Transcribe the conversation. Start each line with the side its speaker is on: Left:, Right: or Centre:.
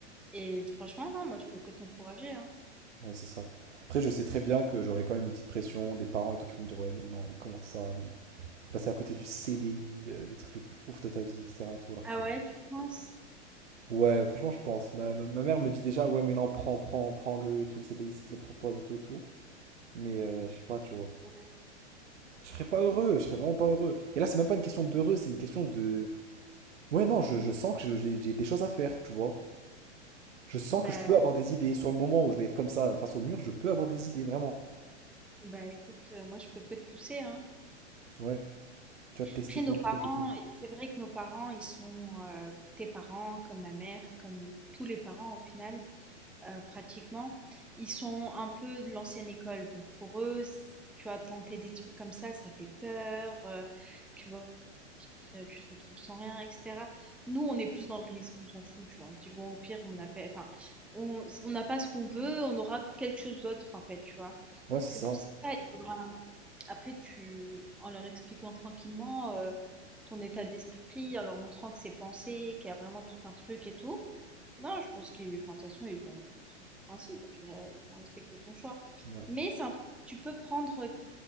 Centre: Et franchement, non, moi, je peux que t'encourager, hein.
Right: Ouais, c'est ça. Après, je sais très bien que j'aurai quand même une petite pression des parents et tout qui vont me dire, ouais, mais non, mais comment ça, mais passer à côté du CDI, euh, le truc le plus ouf de ta vie, etc. et tout, alors
Centre: Ah
Right: que,
Centre: ouais, tu penses?
Right: ouais, franchement, je pense. Ma, ma, ma mère me dit déjà, ouais, mais non, prends, prends, prends-le et tout, le CDI, s'il te le propose et tout et tout. Mais, euh, je sais pas, tu vois.
Centre: Ouais.
Right: Je serais pas heureux, je serais vraiment pas heureux. Et là, c'est même pas une question d'heureux, c'est une question de, ouais, non, je, je sens que je- j'ai j'ai des choses à faire, tu vois. Je sens
Centre: Bah,
Right: que je peux avoir des idées. Sur le moment où je vais être comme ça, face au mur, je peux avoir des idées, vraiment.
Centre: bah écoute, euh, moi je peux que te pousser, hein.
Right: Ouais. Tu vas tester
Centre: Après
Right: plein
Centre: nos parents,
Right: de trucs et tout.
Centre: et c'est vrai que nos parents, ils sont euh, tes parents, comme ma mère, comme tous les parents au final, euh, pratiquement, ils sont un peu de l'ancienne école. Donc pour eux, tu as tenté des trucs comme ça, ça fait peur, euh, tu vois, euh, tu te retrouves sans rien, etc. Nous, on est plus dans le risque, on s'en fout, tu vois. On se dit, bon, au pire, on appelle, enfin, on on n'a pas ce qu'on veut, on aura quelque chose d'autre, en fait, tu vois.
Right: Ouais, c'est
Centre: C'est
Right: ça.
Centre: pour ça, il faudra. Après, tu en leur expliquant tranquillement, heu, ton état d'esprit, en leur montrant que c'est pensé, qu'il y a vraiment tout un truc et tout. Non, je pense qu'ils enfin, de toute façon, ils vont ils sont compréhensifs, donc ils ré ils vont respecter ton choix.
Right: Ouais,
Centre: Mais c'est un tu peux prendre,